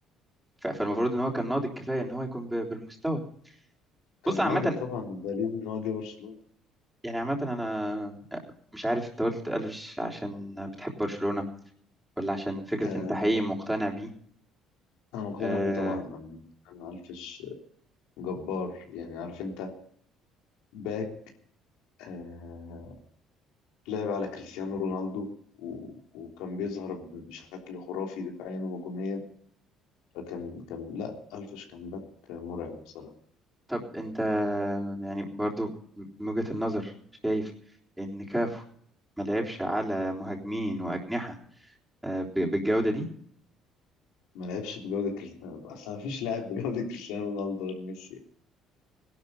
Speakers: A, in the centre; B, on the left.
A: ف... فالمفروض إن هو كان ناضج كفاية إن هو يكون ب... بالمستوى بص
B: كان
A: عامة
B: ناضج طبعا الدليل إن هو جه برشلونة
A: يعني عامة أنا مش عارف أنت قلت ألفش عشان بتحب برشلونة ولا عشان فكرة
B: آه
A: أنت حقيقي مقتنع بيه
B: أنا مقتنع
A: أه...
B: بيه طبعا أنا أنا ألفش جبار يعني عارف أنت باك آه لعب على كريستيانو رونالدو و- وكان بيظهر ب- بشكل خرافي دفاعيا وهجوميا فكان كان لا ألفش كان باك مرعب بصراحة
A: طب أنت يعني برضو من وجهة النظر شايف إن كافو ما لعبش على مهاجمين وأجنحة أه... ب... بالجودة دي
B: ما لعبش بجودة كريستيانو أصلا مفيش لاعب بجودة كريستيانو رونالدو غير ميسي